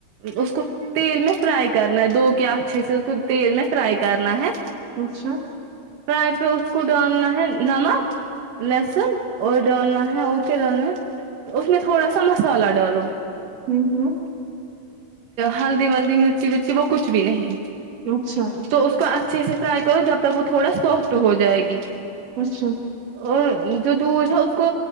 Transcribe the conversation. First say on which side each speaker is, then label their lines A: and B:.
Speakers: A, on the right; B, on the right.
A: اس کو تیل میں فرائی کرنا ہے دو کے اچھے سے اس کو تیل میں فرائی کرنا ہے
B: اچشا
A: پرائے پہ اس کو ڈالنا ہے نمک لسن اور ڈالنا ہے ا کے ڈالنا ہے تو اس میں تھوڑا سا مسالہ ڈالو
B: ہوں ہوں
A: ہلدی ولدی مرچی ورچی وہ کچھ بھی نہیں
B: اچھا
A: تو اس کو اچھ اچھے سے فرائی کرو جب تک وہ تھوڑا سافٹ ہو جائے گی
B: اچھا
A: اور جو دودھ ہے اس کو